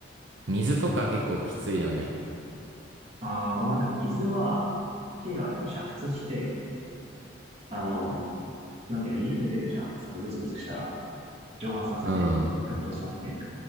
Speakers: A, on the right (about 70°); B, on the right (about 30°).
A: う。水とか結構きついよね。
B: ああ、まあでも水は、火があれば煮沸して、あの、なんていうの、湯気出るじゃん。そのぐつぐつしたら。蒸発させて、
A: うん。
B: 沸騰させて、